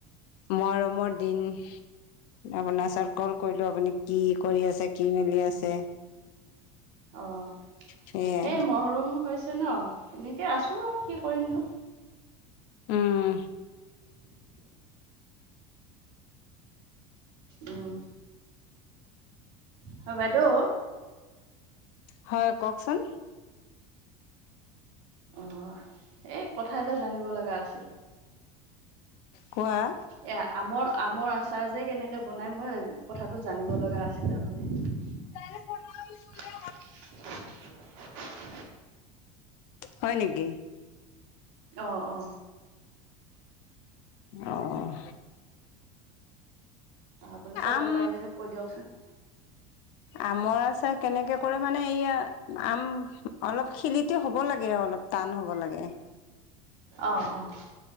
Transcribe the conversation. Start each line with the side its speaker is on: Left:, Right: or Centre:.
Left: মৰমৰ দিন আপোনাৰ ওচৰত কল কৰিলোঁ আপুনি কি কৰি আছে, কি মেলি আছে।
Right: অ'
Left: সেয়াই
Right: সেই মহৰুম হৈছে ন। সেনেকে আছোঁ আৰু কি কৰিমনো।
Left: উম।
Right: উম, হয় বাইদেউ।
Left: হয়, কওঁকচোন।
Right: অ' এই কথা এটা জানিব লগা আছিল।
Left: কোৱা
Right: এয়া আমৰ আমৰ আচাৰ যে কেনেকে বনাই মই কথাটো জানিব লগা আছিল তাৰমানে
Left: সোণাৰি বোলে।
Right: <unintelligible>
Left: হয় নেকি?
Right: অ' অ'
Left: আহ
Right: অ' আপুনি ক'ব
Left: আম
Right: পাৰে যদি কৈ দিয়কচোন।
Left: আমৰ আচাৰ কেনেকে কৰে মানে এইয়া আম অলপ খিলিত হ'ব লাগে অলপ। টান হ'ব লাগে।
Right: অহ' অ'